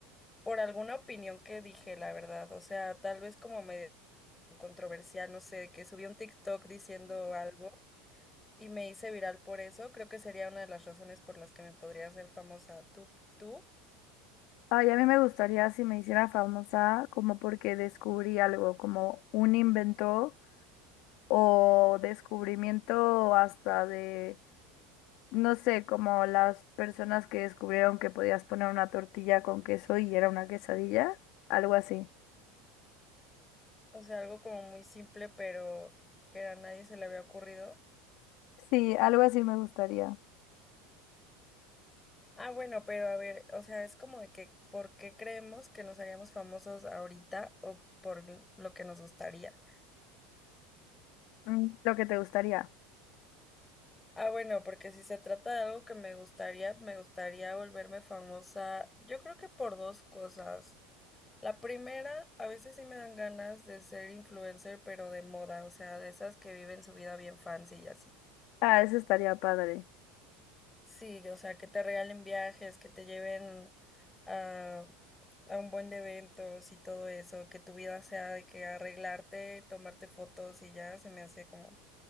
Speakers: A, on the left; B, on the left.
A: por alguna opinión que dije, la verdad, o sea, tal vez como medio controversial, no sé, que subí un TikTok diciendo algo. y me hice viral por eso, creo que sería una de las razones por las que me podría hacer famosa tú, tú.
B: Ay, a mí me gustaría si me hiciera famosa como porque descubrí algo, como un invento o descubrimiento hasta de, no sé, como las personas que descubrieron que podías poner una tortilla con queso y era una quesadilla, algo así.
A: O sea, algo como muy simple, pero que a nadie se le había ocurrido.
B: Sí, algo así me gustaría.
A: Ah, bueno, pero a ver, o sea, es como de que, ¿por qué creemos que nos haríamos famosos ahorita o por l- lo que nos gustaría?
B: Mm, Lo que te gustaría.
A: Ah, bueno, porque si se trata de algo que me gustaría, me gustaría volverme famosa, yo creo que por dos cosas. La primera, a veces sí me dan ganas de ser influencer, pero de moda, o sea, de esas que viven su vida bien fancy y así.
B: Ah, eso estaría padre.
A: Sí, o sea, que te regalen viajes, que te lleven a, a un buen de eventos y todo eso, que tu vida sea de que arreglarte, tomarte fotos y ya se me hace como...